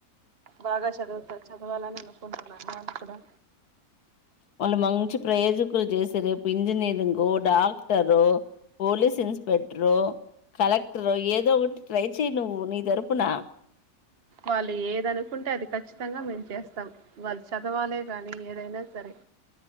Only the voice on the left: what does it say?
వాళ్ళు మంచి ప్రయోజకులు చేసి రేపు ఇంజనీరింగ్ డాక్ టరో పోలీస్ ఇన్స్పెక్టరో కలెక్టర్ రో ఏదో ఒకటి ట్రై చెయి నువ్వు నీ తరుపున